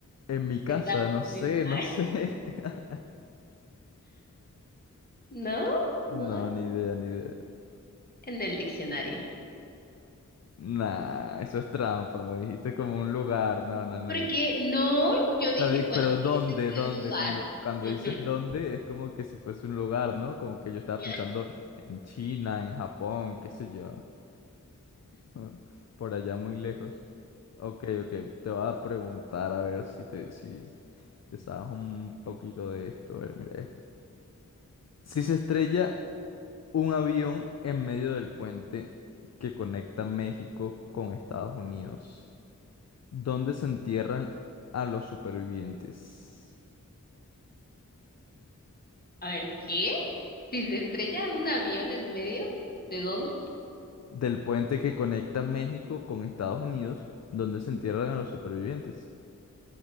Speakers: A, on the left (about 55°); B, on the left (about 30°).
A: ¿En mi casa?
B: se da primero.
A: No sé,
B: <laughs> Ay,
A: no sé. <laughs>
B: ¿no? ¿No
A: No,
B: das.
A: ni idea, ni idea.
B: En el diccionario.
A: Nah, eso es trampa, me dijiste como un lugar. No, no, no,
B: Porque
A: no.
B: no, yo dije,
A: La di-
B: bueno,
A: pero ¿dónde?
B: sí dice que
A: ¿Dónde?
B: el lugar.
A: Cuando, cuando
B: Ujú.
A: dices dónde, es como que si fuese un lugar, ¿no? Como que yo estaba
B: <laughs>
A: pensando en China, en Japón, qué sé yo. <laughs> ¿no? Por allá muy lejos. Ok, ok. Te voy a preguntar a ver si te, si te sabes un poquito de esto. A ver, mira esto. Si se estrella un avión en medio del puente que conecta México con Estados Unidos, ¿dónde se entierran a los supervivientes?
B: A ver, ¿qué? Si se estrella un avión en medio, ¿de dónde?
A: del puente que conecta México con Estados Unidos, donde se entierran a los supervivientes.